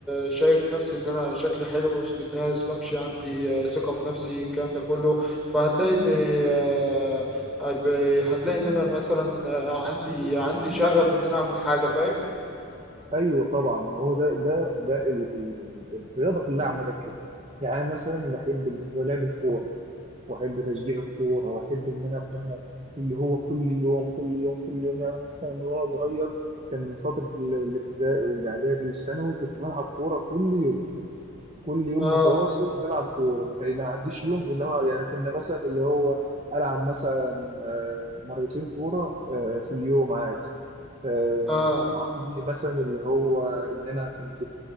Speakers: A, in the centre; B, on the right.
A: شايف نفسي ان انا شكلي حلو وسط الناس بمشي عندي آه، ثقه في نفسي الكلام ده كله فهتلاقي ان آه، هيبقى- هتلاقي ان انا مثلا آه، عندي عندي شغف ان انا اعمل حاجه فاهم
B: ايوه طبعا ما هو ده ده ده ال ال ال الرياضه كلها عامه كده يعني أنا مثلا بحب اللي هو لعب الكوره واحب تشجيع الكوره واحب ان انا ابقى اللي هو كل يوم كل يوم كل يوم يعني أنا مثلا من وانا صغير كان فتره ال- الابتدائي والاعدادي والثانوي كنت بلعب كوره كل يوم كل يوم
A: اه
B: متواصل بلعب كوره ما كان ما عديش يوم غير لما يعني كنا مثلا اللي هو العب مثلا آه، مرتين كوره آه، في اليوم عادي آه،
A: اه
B: عندي مثلا اللي هو ان انا كنت